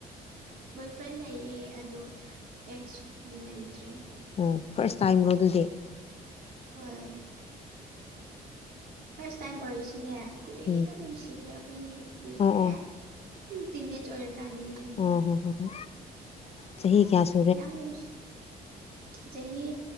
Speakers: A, on the right; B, on the left.
A: ꯕꯣꯏ ꯐ꯭ꯔꯦꯟ ꯂꯩꯌꯦ ꯑꯗꯣ ꯑꯦꯛꯁꯗꯤ ꯂꯩꯇ꯭ꯔꯤ
B: ꯑꯣ ꯐꯥꯔꯁ ꯇꯥꯏꯝꯔꯣ ꯑꯗꯨꯗꯤ
A: ꯍꯣꯏ ꯐꯥꯔꯁ ꯇꯥꯏꯝ ꯑꯣꯏꯔꯁꯨꯅꯦ ꯀꯨꯏꯅ
B: ꯎꯝ
A: ꯅꯨꯡꯁꯤꯈ꯭ꯔꯦ ꯑꯩꯈꯣꯏꯅꯤꯗꯤ ꯀꯨꯏꯈ꯭ꯔꯦ
B: ꯑꯣ ꯑꯣ
A: ꯇꯤꯅꯦꯆ ꯑꯣꯏꯔꯛ ꯀꯥꯟꯗꯒꯤ
B: ꯑꯣ ꯍꯣ ꯍꯣ ꯍꯣ ꯆꯍꯤ ꯀꯌꯥꯁꯨ
A: ꯌꯥꯝ ꯅꯨꯡꯁꯤ ꯆꯍꯤ